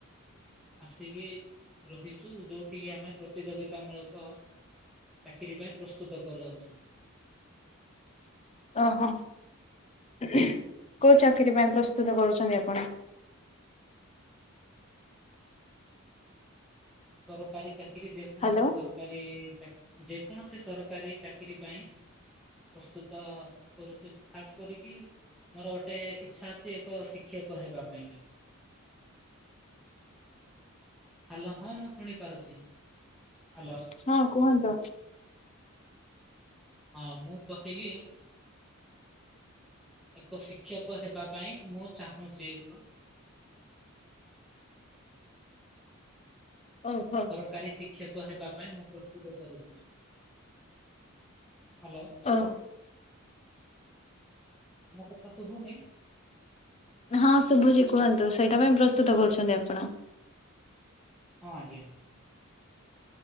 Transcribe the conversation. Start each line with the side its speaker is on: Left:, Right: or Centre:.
Centre: ଆସିକି ରହିଛୁ ଯୋଉଠି କି ଆମେ ପ୍ରତିଯୋଗିତା ମୂଳକ ଚାକିରି ପାଇଁ ପ୍ରସ୍ତୁତ କରୁ ଅଛୁ।
Left: ଓହୋ କଉ ଚାକିର ପାଇଁ ପ୍ରସ୍ତୁତ କରୁଛନ୍ତି ଆପଣ?
Centre: ସରକାରୀ ଚାକିରି ଯେ କୌଣସି
Left: ହ୍ୟାଲୋ
Centre: ସରକାରୀ ଚାକ ଯେ କୌଣସି ସରକାରୀ ଚାକିରି ପାଇଁ ପ୍ରସ୍ତୁତ କରୁଛୁ ଖାସ୍ କରିକି ମୋର ଓଟେ ଇଛା ଅଛି, ଏକ ଶିକ୍ଷକ ହେବା ପାଇଁକା। ହାଲ, ହଁ, ମୁଁ ଶୁଣି ପାରୁଛି। ହାଲୋ!
Left: ହଁ କୁହନ୍ତୁ
Centre: ହଁ, ମୁଁ କହିଲି ଏକ ଶିକ୍ଷକ ହେବା ପାଇଁ, ମୁଁ ଚାହୁଁଛି ଏକ।
Left: ଓହୋ
Centre: ସରକାରୀ ଶିକ୍ଷକ ହେବା ପାଇଁ ମୁଁ ପ୍ରସ୍ତୁତ କରୁଛି। ହାଲୋ।
Left: ଓ
Centre: ମୋ କଥା ଶୁଭୁନିଁ?
Left: ହଁ, ଶୁଭୁଛି କୁହନ୍ତୁ, ସେଇଟା ପାଇଁ ପ୍ରସ୍ତୁତ କରୁଛନ୍ତି ଆପଣ।
Centre: ହଁ, ଆଜ୍ଞା।